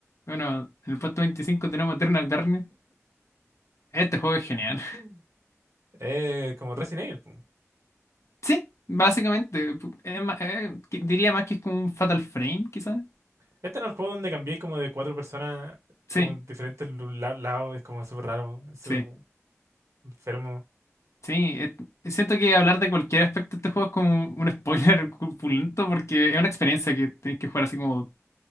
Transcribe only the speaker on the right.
<laughs> Eh, como Resident Evil. po.
Este no es el juego donde cambié como de cuatro personas,
como en diferentes lu- la- lados, es como súper raro, es súper
enfermo.